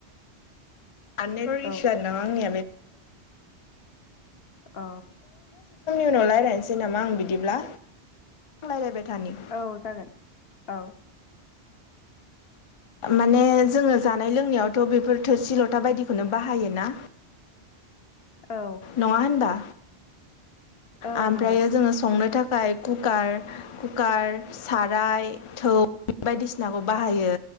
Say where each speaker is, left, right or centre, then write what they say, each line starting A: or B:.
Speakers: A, on the left; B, on the left.
A: <unintelligible> दसे
B: औ
A: समनि
B: अ
A: उनाव रायज्लायनोसै नामा आं बिदिब्लां रायज्लायबाय थानि
B: औ जागोन औ
A: माने जोङो जानाय लोंनायावथ' बेफोर थोरसि लथा बायदिखौनो बाहायोना
B: औ
A: नङा होनबा
B: औ
A: ओमफ्रायो
B: नंगौ
A: जोङो संनो था फाय कुकार साराय थौ बायदिसिनाखौ बाहायो